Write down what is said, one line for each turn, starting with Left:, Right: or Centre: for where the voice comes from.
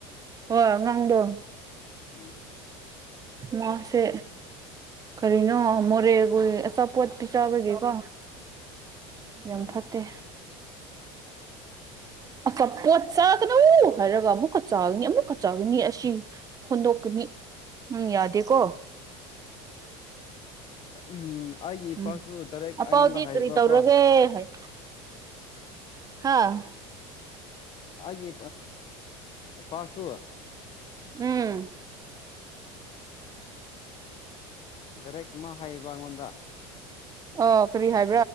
Right: ꯍ ꯉꯥꯡꯗꯣ
Left: ꯑꯥ
Right: ꯃꯥ ꯁꯦ ꯀꯔꯤꯅꯣ ꯃꯣꯔꯦ ꯑꯩꯣꯏ ꯑꯁꯥꯄꯣꯠꯄꯤꯤ ꯆꯥꯕꯒꯦꯀꯣ ꯌꯥꯝ
Left: ꯑꯥ
Right: ꯐꯠꯇꯦ ꯑ ꯄꯣꯠ ꯆꯥꯒꯅꯨ ꯍꯥꯏꯔꯒ ꯑꯃꯨꯛꯀ ꯆꯥꯒꯅꯤ ꯑꯃꯨꯛꯀ ꯆꯥꯒꯅꯤ ꯑꯁꯤ ꯍꯣꯟꯗꯣꯛꯀꯅꯤ ꯎꯝ ꯌꯥꯗꯤꯀꯣ
Left: ꯎꯝ ꯑꯩꯒꯤ ꯏꯄꯥꯁꯨ
Right: ꯎꯝ
Left: ꯗꯥꯏꯔꯦꯛ
Right: ꯑ
Left: ꯑꯩꯉꯣꯟꯗ
Right: ꯄꯥꯎꯗꯤ
Left: ꯍꯥꯏꯌꯦꯕꯀꯣ
Right: ꯀꯔꯤ ꯇꯧꯔꯒꯦ ꯍꯥꯏ ꯍꯥꯥ
Left: ꯍꯥꯏꯦ ꯑ ꯄꯥꯁꯨ
Right: ꯎꯝ
Left: ꯗꯥꯏꯔꯦꯛ ꯃꯥ ꯍꯥꯏꯌꯦꯕ ꯑꯩꯉꯣꯟꯗ
Right: ꯑꯣ ꯀꯔꯤ ꯍꯥꯏꯕꯤ